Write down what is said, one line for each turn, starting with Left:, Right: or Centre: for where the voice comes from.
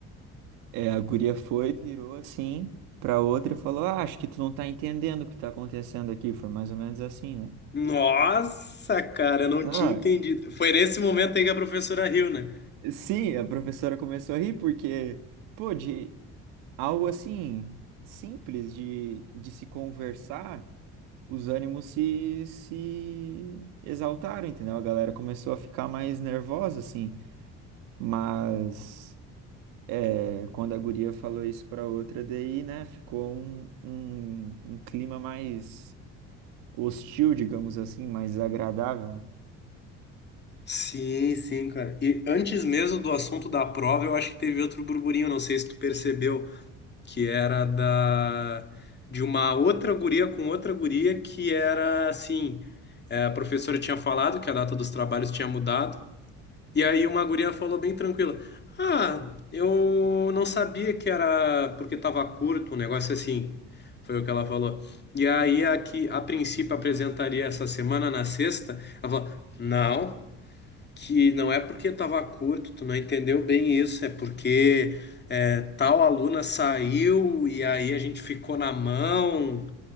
Right: É, a guria foi, virou assim pra outra e falou: ah, acho que tu não tá entendendo o que tá acontecendo aqui. Foi mais ou menos assim, né?
Left: Nossa, cara, eu não
Right: Ah,
Left: tinha entendido. Foi nesse momento aí que a professora riu, né?
Right: sim, a professora começou a rir porque, pô, de algo assim simples de, de se conversar, os ânimos se, se exaltaram, entendeu? A galera começou a ficar mais nervosa, assim. Mas é, quando a guria falou isso pra outra, daí, né, ficou um, um, um clima mais hostil, digamos assim, mais agradável, né?
Left: Sim, sim, cara. E antes mesmo do assunto da prova, eu acho que teve outro burburinho, não sei se tu percebeu, que era da de uma outra guria com outra guria que era assim, é, a professora tinha falado que a data dos trabalhos tinha mudado. E aí uma guria falou bem tranquila: Ah, eu não sabia que era porque tava curto, um negócio assim. Foi o que ela falou. E aí a que a princípio apresentaria essa semana na sexta, ela falou: Não, que não é porque tava curto, tu não entendeu bem isso, é porque é, tal aluna saiu e aí a gente ficou na mão.